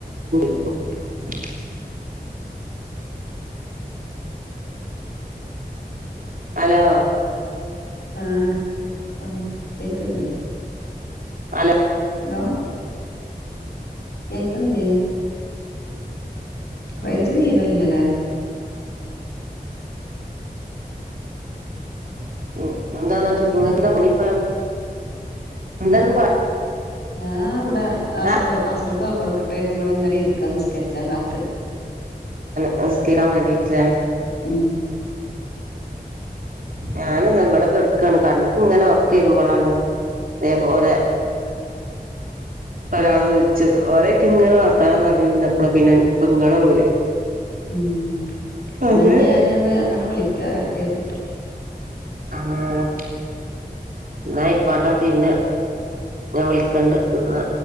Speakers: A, on the right; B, on the left.
A: <unintelligible> ഹലോ
B: ആഹ് ഉം കേക്കുന്നില്ലേ
A: ഹലോ
B: ഹലോ കേക്കുന്നില്ലേ, റെഞ്ച് തീരെ ഇല്ലല്ലേ.
A: എന്നിട്ട് അങ്ങോട്ട് നിങ്ങൾക്ക് എന്താ <unintelligible> എന്താ നിങ്ങൾക്ക് പ
B: ഞാൻ ഇവിടെ അസറ്
A: ആഹ്
B: അസറ്ക്ക് വാങ്ക് കൊടുക്കട്ടെ എടുത്ത് ഇവിടെ ഇങ്ങനെ ഇരിക്കാ നിസ്കരിച്ചാൻ കാത്ത്.
A: നിസ്കരിക്കാൻ വേണ്ടിയിട്ടല്ലേ.
B: ഉം
A: ഞാന് ഇതേ ഇവിടെ കിടക്കാണ്, കണ്ണക്ക് ഇങ്ങനെ ഉറക്കം വരുമ്പോളാണ് ഇതേപോലെ. ഒരാള് വിളിച്ചത് ഓലേയ്റ്റ്ങ്ങനെ വർത്താനം പറഞ്ഞിരുന്നപ്പള പിന്നെ പ്പ ഇങ്ങളെ വിളി
B: ഉം ഇന്നാഞ്ഞ്
A: അതെ
B: ഞാന് ആണ്ട് അങ്ങട്ട് വിളിക്ക കട്ട് ചെയ്തിട്ട്
A: ആഹ് ഇന്നായ്ക്കോട്ടെ പിന്നെ ഞാൻ വിളിക്കണ്ട് ഇന്ന